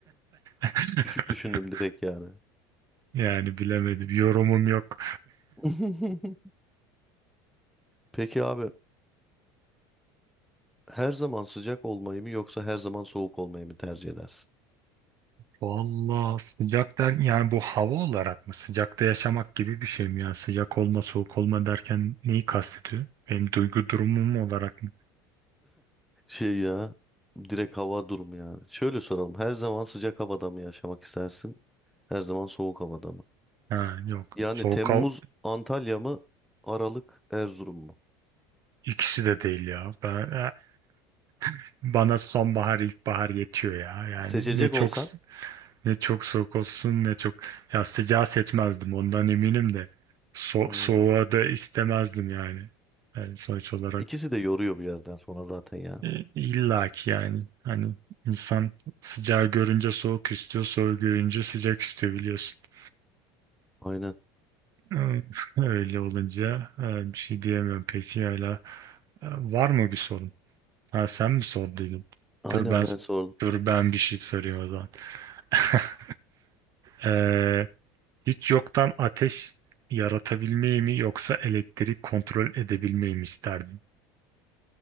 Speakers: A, on the right; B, in the centre.
A: <laughs>
B: küçük düşündüm direkt yani.
A: Yani bilemedim. Yorumum yok.
B: <laughs> Peki abi her zaman sıcak olmayı mı yoksa her zaman soğuk olmayı mı tercih edersin?
A: Vallahi sıcak der yani bu hava olarak mı? Sıcakta yaşamak gibi bir şey mi? Yani sıcak olma soğuk olma derken neyi kastediyor? Benim duygu durumum olarak mı?
B: Şey ya direkt hava durumu yani. Şöyle soralım. Her zaman sıcak havada mı yaşamak istersin? Her zaman soğuk havada mı?
A: Ha, yok.
B: Yani
A: Soğuk
B: Temmuz
A: al
B: Antalya mı? Aralık Erzurum mu?
A: ikisi de değil ya. Ben... <laughs> Bana sonbahar ilkbahar yetiyor ya. Yani
B: Seçecek
A: ne çok
B: olsan
A: Ne çok soğuk olsun ne çok ya sıcağı seçmezdim ondan eminim de so
B: hmm,
A: soğuğa da istemezdim yani. Yani sonuç olarak
B: ikisi de yoruyor bir yerden sonra zaten ya.
A: e, illa ki yani hani insan sıcağı görünce soğuk istiyor soğuğu görünce sıcak istiyor biliyorsun. <laughs>
B: Aynen.
A: Ee, Öyle olunca e, bir şey diyemiyorum peki hala e, var mı bir sorun? Ha sen mi sorduydun?
B: Aynen
A: Dur ben
B: ben sordum.
A: dur ben bir şey soruyorum o zaman. <laughs> Ee, Hiç yoktan ateş yaratabilmeyi mi yoksa elektrik kontrol edebilmeyi mi isterdin?